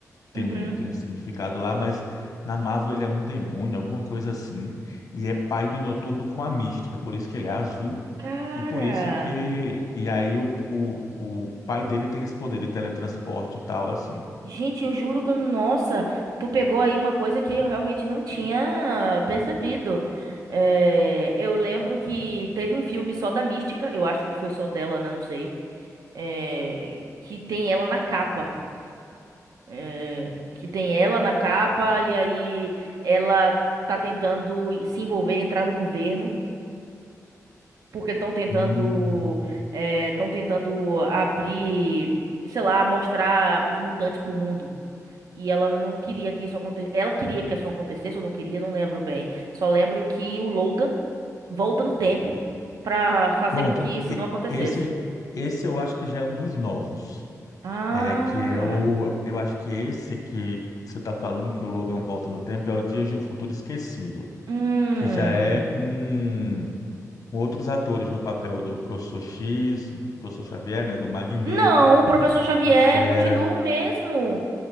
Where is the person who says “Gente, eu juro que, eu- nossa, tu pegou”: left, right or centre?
Right